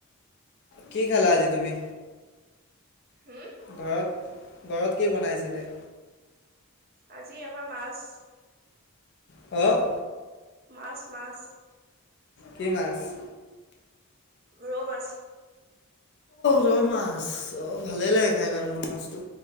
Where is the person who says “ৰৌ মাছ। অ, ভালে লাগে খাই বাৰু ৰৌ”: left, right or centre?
Left